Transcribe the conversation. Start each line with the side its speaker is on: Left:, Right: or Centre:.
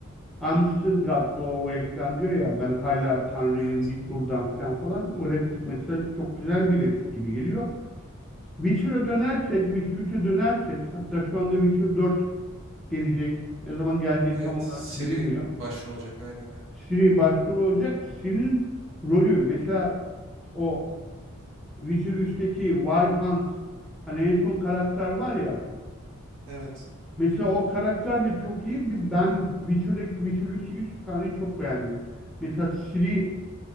Centre: I'm still God go away falan diyor ya ben hala Tanrıyım
Right: Evet.
Centre: git buradan falan falan. O replik mesela çok güzel bir replik gibi geliyor. Witcher'a dönersek, Witcher 3'e dönersek hatta şu anda Witcher 4 gelecek. Ne zaman geleceği
Right: Evet.
Centre: tam olarak
Right: Siri
Centre: bilinmiyor.
Right: baş olacak. Aynen. aynen.
Centre: Ciri başrol olacak. Ciri'nin rolü mesela o Witcher 3'teki Wild Hunt hani en son karakter var ya.
Right: Evet.
Centre: Mesela o karakter de çok iyi. Ben Witcher'daki Witcher 3'teki şu sahneyi çok beğendim. Mesela Ciri